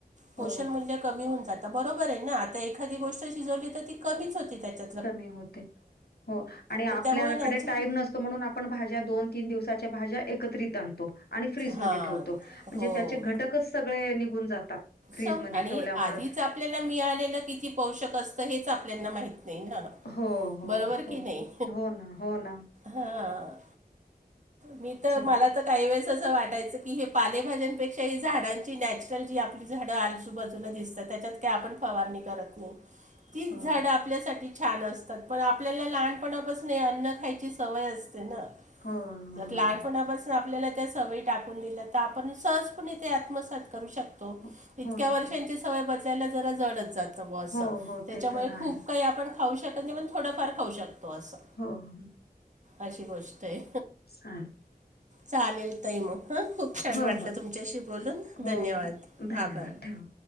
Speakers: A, on the right; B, on the left.
A: पोषण
B: हो.
A: मूल्य कमी होऊन जात बरोबर आहे ना आता एखादी गोष्ट शिजवली तर ती कमीच होती त्याच्यात.
B: कमी होते हो आणि
A: तर
B: आपल्याकडे
A: त्यामुळे नॅचरल
B: टाईम नस. म्हणून आपण भाज्या दोन तीन दिवसाच्या भाज्या एकत्रित आणतो. आणि फ्रीजमध्येध्ये
A: हां
B: ठेवतो म्हणजे
A: हो
B: त्याचे घटकच सगळे निघून जातात. फ्रीजमध्ये
A: सम आणि
B: ठेवल्यामुळं.
A: आधीच आपल्याला मिळालेलं किती पोषक असतं हेच आपल्याना माहित नाही ना.
B: हो, हो,
A: बरोबर
B: हो.
A: कि नाही
B: हो ना, हो ना.
A: हा. मी तर
B: चला
A: मला. आता काही वेळेस असं वाटायचं की हे पालेभज्यांपेक्षा ही झाडांची नॅचरल जी आपली झाडंसोबत. दित त्याच्यात का आपण फवारणी करत नाही ती
B: हो,
A: झाड आपल्यासाठी. छान असतात पण आपल्याला लहानपणापासून हे अन्न खायची सवय असते ना.
B: हो, हो
A: त्यातला आहे
B: ना.
A: पणा बस. आपल्याला त्या सवयी टाकून दिल्या तर आपण सहजपणे ते आत्मसात करू शकतो.
B: हो
A: इतक्या
B: हो ना.
A: वर्षांची सवय बयला ज जडच जात
B: हो, हो.
A: त्याच्यामुळे
B: ते तर
A: खूप
B: आहे.
A: काही आपण. खाऊ शकत नाही पण थोडफार खाऊ शकतो असं
B: हो, हो.
A: अशी गोष्ट आहे.
B: हा.
A: चालेल तही मग हं खूप छान
B: हो
A: वाटलं
B: हो
A: तुमच्याशी बोलून
B: हो
A: धन्यवाद
B: धन्यवाद
A: आभार.
B: ठेव.